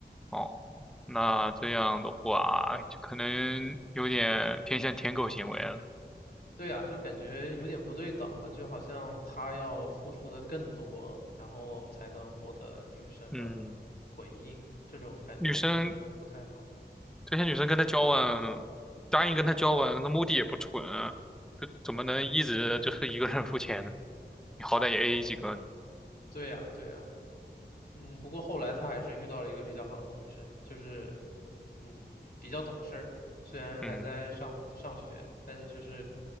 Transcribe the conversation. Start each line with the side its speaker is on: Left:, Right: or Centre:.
Centre: 哦，那这样的话，可能有点偏向舔狗行为了。
Left: 对呀，就感觉有点不对等了，就好像他要付出的更多，然后才能获得女生的回应，
Centre: 嗯，
Left: 这种感觉其实不太好。
Centre: 女生这些女生跟他交往，答应跟他交往，那目的也不纯啊，这怎么能一直就是一个人付钱呢？你好歹也 AA 几个呢。
Left: 对呀，对呀。嗯，不过后来他还是遇到了一个比较好的女生，就是，嗯，比较懂事儿。虽然还在上上学，
Centre: 嗯
Left: 但是就是